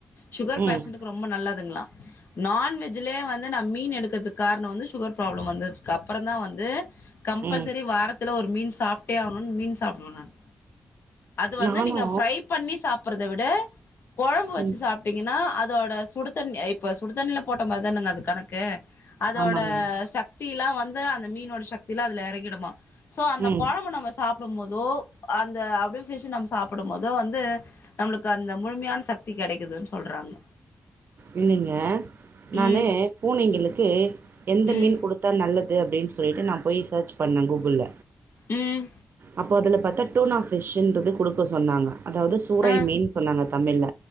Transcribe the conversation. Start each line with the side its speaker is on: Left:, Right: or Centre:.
Left: ஷூகர்
Right: ம்
Left: பேஷன்ட்டுக்கு ரொம்ப நல்லதுங்ளா நான்வெஜ் இதுலே வந்து நா மீன் எடுக்கறதுக்கு காரணோ வந்து ஷூகர் ப்ராப்ளம் வந்ததுக்கு அப்பறந்தா வந்து கம்பல்சரி
Right: ம்
Left: வாரத்துல ஒரு மீன் சாப்ட்டே ஆகணுன் மீன் சாப்டுவோ நாங் அது வந்து
Right: நானு
Left: நீங்க ஃப்ரை பண்ணி சாப்பறத விட கொழம்பு வச்சு
Right: ம்
Left: சாப் திங்கன்னா அதோட சுடுதண்ணி இப்ப சுடுதண்ணில போட்ட மாரி தானங்க அது கணக்கு அதோட
Right: ஆமாங்க
Left: சக்திலா வந்து அந்த மீனோட சக்திலா அதுல எறங்கிடுமா சோ அந்த
Right: ம்
Left: கொழம்ப நம்ம சாப்புடும்போதோ அந்த அபில் ஃபிஷ் நம்ம சா ப்படும்போதே வந்து நம்ளுக்கு அந்த முழுமையான சக்தி கெடைக்குதுன் சொல்றாங்க
Right: இல்லைங்க நானு
Left: ம்
Right: பூனைங்களுக்கு எந்த
Left: ம்
Right: மீன் குடுத் தா நல்லது அப்டின் சொல்லிட்டு நா போய் சேர்ச் பண்ணே கூகுள்ல
Left: ம்
Right: அப்போ அதுல பாத்தா டூனா ஃபிஷ்ன்றது குடுக்க சொன்னாங்க அதாது சூறை
Left: ஆ
Right: மீன் சொன்னாங்க தமிழ்ல